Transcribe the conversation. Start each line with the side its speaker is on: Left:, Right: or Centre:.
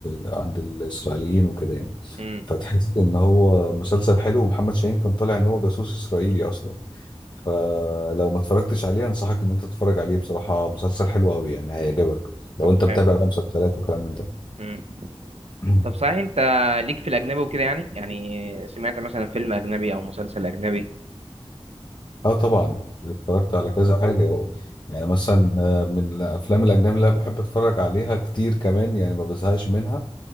Left: عند الإسرائيليين وكده يعني
Right: امم
Left: فتحس ان هو مسلسل حلو ومحمد شاهين كان طالع ان هو جاسوس اسرائيلي اصلا فلو ما اتفرجتش عليه انصحك ان انت تتفرج عليه بصراحة مسلسل حلو قوي يعني هيعجبك لو
Right: طب
Left: انت
Right: حلو
Left: متابع بقى مسلسلات وكلام من ده
Right: امم
Left: <clears throat>
Right: طب صحيح انت ليك في الاجنبي وكده يعني يعني سمعت مثلا فيلم اجنبي او مسلسل اجنبي
Left: اه طبعا اتفرجت على كذا حاجة يعني يعني مثلا آه، من الافلام الاجنبي اللي انا بحب اتفرج عليها كتير كمان يعني ما بزهقش منها